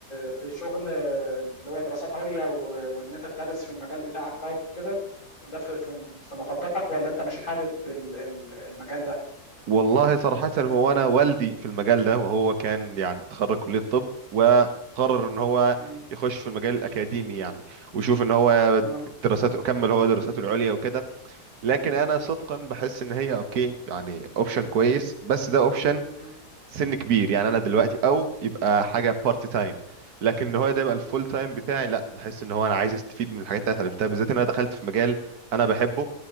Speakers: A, on the left (about 55°); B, on the right (about 75°).
A: في شغل اللي هو دراسات عليا و- وان انت تدرس في المجال بتاعك ده وكده وده في في في مخططك ولا انت مش حابب ال- ال- المجال ده؟
B: والله صراحة هو أنا والدي في المجال ده وهو كان يعني تخرج كلية طب وقرر إن هو
A: مم.
B: يخش في المجال الأكاديمي يعني ويشوف إن هو
A: اه
B: دراساته كمل هو دراساته العليا وكده لكن أنا صدقا بحس إن هي أوكي يعني أوبشن كويس بس ده أوبشن
A: مم.
B: سن كبير يعني أنا دلوقتي أو يبقى حاجة بارت تايم لكن إن هو ده يبقى الفول تايم بتاعي لا بحس إن هو أنا عايز أستفيد من الحاجات اللي أنا اتعلمتها بالذات إن أنا دخلت في مجال أنا بحبه